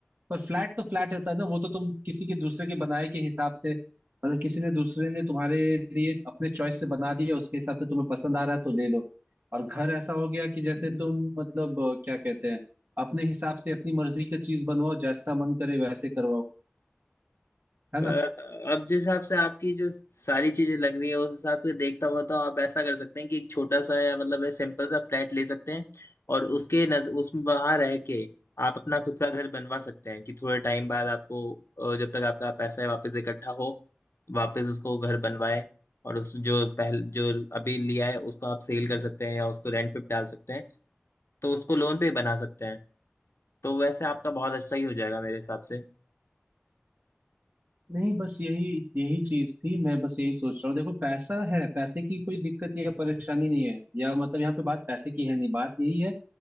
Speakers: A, on the right; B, on the left.
A: पर फ्लैट तो फ्लैट होता है ना वो तो तुम किसी के दूसरे के बनाए के हिसाब से मतलब किसी ने दूसरे ने तुम्हारे लिए अपने चॉइस से बना दिया उसके हिसाब से तुम्हें पसंद आ रहा है तो ले लो और घर ऐसा हो गया कि जैसे तुम मतलब अ, क्या कहते हैं अपने हिसाब से अपनी मर्जी की चीज बनवाओ जैसा मन करे वैसे करवाओ है ना
B: पर अब जिस हिसाब से आपकी जो सारी चीजें लग रही है उस हिसाब से देखता हुआ तो आप ऐसा कर सकते हैं कि एक छोटा सा या मतलब है सिंपल सा फ्लैट ले सकते हैं और उसके नज उस वहां रह के आप अपना खुद का घर बनवा सकते हैं कि थोड़े टाइम बाद आपको अ, जब तक आपका पैसा है वापस इकट्ठा हो वापस उसको घर बनवाए और उस जो पहल जो अभी लिया है उसको आप सेल कर सकते हैं या उसको रेंट पे भी डाल सकते हैं तो उसको लोन पे बना सकते हैं तो वैसे आपका बहुत अच्छा ही हो जाएगा मेरे हिसाब से
A: नहीं बस यही यही चीज थी मैं बस यही सोच रहा हूँ देखो पैसा है पैसे की कोई दिक्कत या परेशानी नहीं है या मतलब यहाँ पे बात पैसे की है नहीं बात यही है